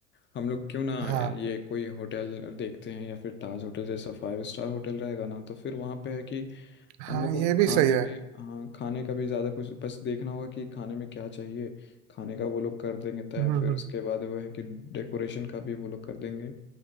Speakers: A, on the left (about 30°); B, on the right (about 45°).
A: हम लोग क्यों ना
B: हाँ
A: यार ये कोई होटल देखते हैं या फिर ताज होटल जैसा फाइव स्टार होटल रहेगा ना तो फिर वहाँ पे है कि
B: हाँ
A: हम लोग को
B: ये
A: खाने
B: भी सही है
A: भी हाँ खाने का भी ज़्यादा कुछ बस देखना होगा कि खाने में क्या चाहिए खाने का वो लोग कर देंगे तय
B: हम्म
A: फिर
B: हम्म,
A: उसके बाद वो है कि डेकोरेशन का भी वो लोग कर देंगे